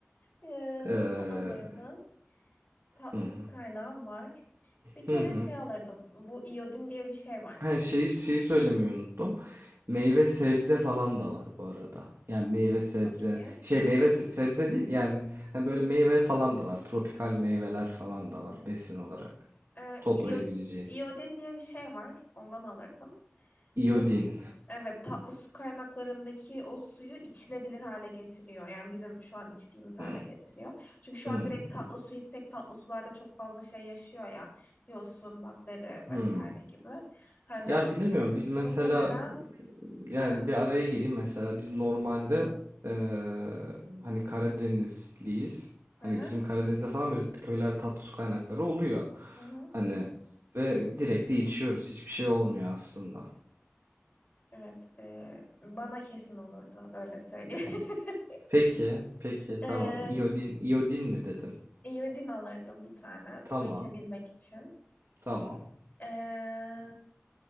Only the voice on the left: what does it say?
Ee,
ne alırdım? Tatlı
su kaynağım var. Bir
kere
şey alırdım. Bu iyodin diye bir şey var.
Çok iyi.
Ee,
iyo- iyodin diye bir şey var. Ondan alırdım.
Bu Evet, tatlı su kaynaklarındaki o suyu içilebilir hale getiriyor. Yani bizim şu an içtiğimiz hale
getiriyor. Çünkü şu
an direkt tatlı su içsek tatlı sularda çok fazla şey yaşıyor ya. Yosun, bakteri vesaire
gibi. Hani
muhtemelen
ha,
hı hı,
hı hı.
Evet, e, bana kesin olurdu öyle söyleyeyim. <laughs>
Ee,
iyodin alırdım bir tane su
içebilmek için.
Ee,